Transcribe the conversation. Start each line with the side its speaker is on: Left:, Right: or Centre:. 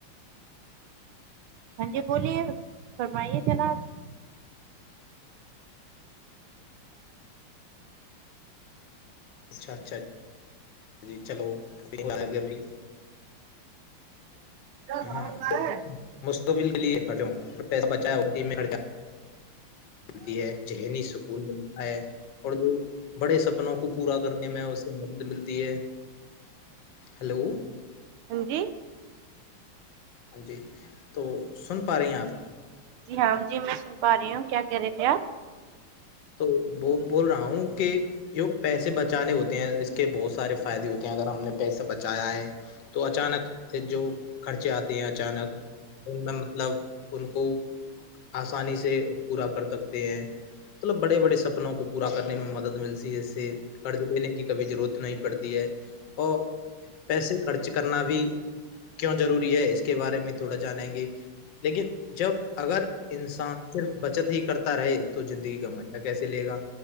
Right: ہاں جی بولیے فرمائیے جنا
Left: اچھا اچھا جی چلو کو گ بھی
Right: دینا
Left: ہاں مستقبل کے لیے کھڑے پیسہ بچائےیا ہوتی مل ہے ذہنی سکون ملتا ہے اور جو بڑے سپنوں کو پورا کرنے میں اس مدد ملتی ہے ہلو
Right: جی
Left: جی تو سن پا رہی ہیں آپ
Right: جی ہاں جی میں سن پا رہی ہوں کیا کہہ رہے تھے آپ
Left: تو وہ بول رہا ہوں کہ جو پیسے بچانے ہوتے ہیں اس کے بہت سارے فائدے ہوتے ہیں اگر ہم نے پیسے بچایا ہے تو اچانک جو خرچے آتے ہیں اچانک ان میں مطلب ان کو آسانی سے پورا کر سکتے ہیں مطلب بڑے بڑے سب کو پورا کرنے میں مدد ملتی ہے اس سے قرض لینے کی کبھی ضرورت نہیں پڑتی ہے اور پیسے خرچ کرنا بھی کیوں ضروری ہے اس کے کے بارے میں تھوڑا جانیں گے لیکن جب اگر انسان صرف بچت ہی کرتا رہے تو زندگی کا مزہ کیسے لے گا